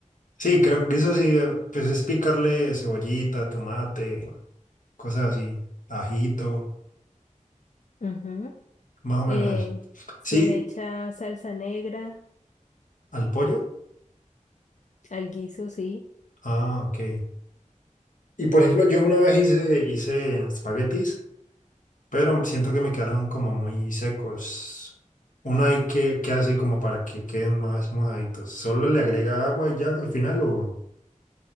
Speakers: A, on the left; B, on the left.
A: Sí, creo que eso sí, eh, pues es picarle cebollita, tomate, cosas así, ajito,
B: Ujú.
A: más o
B: Eh,
A: menos eso.
B: se
A: Sí,
B: le echa salsa negra
A: al pollo.
B: al guiso, sí.
A: Ah, ok. Y por ejemplo, yo una vez hice, hice espaguetis, pero siento que me quedaron como muy secos. Uno hay que, que hace como para que queden más mojaditos. Solo le agrega agua y ya al final o...